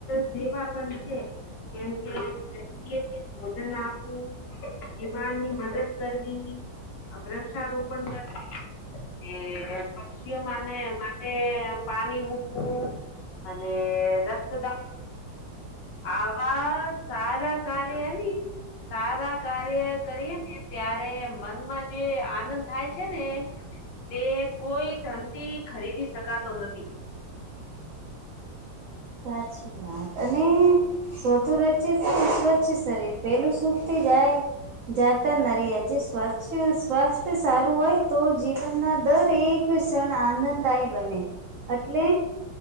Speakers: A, on the left; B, on the right.
A: સેવા પણ છે. કેમ કે ગરીબ એ ભોજન આપવું બીમારની મદદ કરવી વૃક્ષારોપણ કરવુ એ પક્ષીઓ માને માટે પાણી મૂકવું અને રક્તદાન આવા સારા કાર્ય આવી સારા કાર્ય કરીએ ને ત્યારે મનમાં જે આનંદ થાય છે ને તે કોઈ ધનથી ખરીદી શકાતો નથી
B: સાચી વાત અને સોતું રહસ્ય શું સ્વચ્છ શરીર પેલું સુખથી જાય જાતા ન રહ્યાજે સ્વા સ્વાસ્થ્ય સારું હોય તો જીવનના દર એક ક્ષણ આનંદદાયી બને એટલે